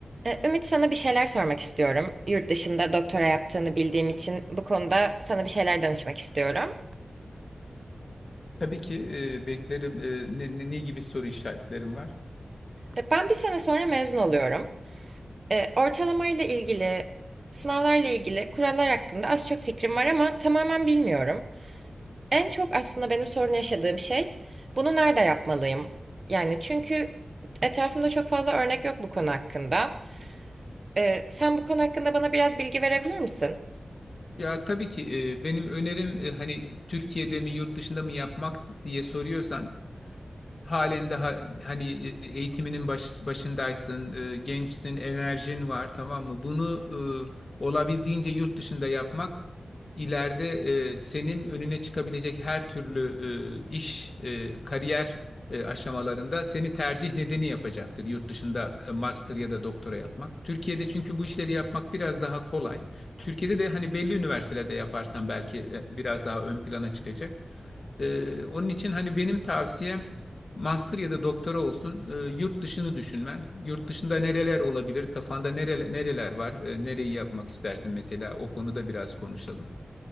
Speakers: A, on the right (about 45°); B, on the left (about 55°).
A: Ee, Ümit sana bir şeyler sormak istiyorum. Yurt dışında doktora yaptığını bildiğim için bu konuda sana bir şeyler danışmak istiyorum.
B: Tabii ki e, beklerim E, ne, ne, ne gibi soru işaretlerim var?
A: Ee, Ben bir sene sonra mezun oluyorum. Ee, Ortalamayla ilgili, sınavlarla ilgili kurallar hakkında az çok fikrim var ama tamamen bilmiyorum. En çok aslında benim sorun yaşadığım şey bunu nerede yapmalıyım? Yani çünkü etrafımda çok fazla örnek yok bu konu hakkında. Ee, Sen bu konu hakkında bana biraz bilgi verebilir misin?
B: Ya tabii ki e, benim önerim e, hani Türkiye'de mi yurt dışında mı yapmak diye soruyorsan Halen daha hani eğitiminin baş, başındaysın, e, gençsin, enerjin var tamam mı? Bunu e, olabildiğince yurt dışında yapmak ileride e, senin önüne çıkabilecek her türlü e, iş, e, kariyer e, aşamalarında seni tercih nedeni yapacaktır yurt dışında e, master ya da doktora yapmak. Türkiye'de çünkü bu işleri yapmak biraz daha kolay. Türkiye'de de hani belli üniversitelerde yaparsan belki e, biraz daha ön plana çıkacak. E, onun için hani benim tavsiyem Master ya da doktora olsun, e, yurt dışını düşünmen. Yurt dışında nereler olabilir? Kafanda nereler, nereler var? E, nereyi yapmak istersin mesela? O konuda biraz konuşalım.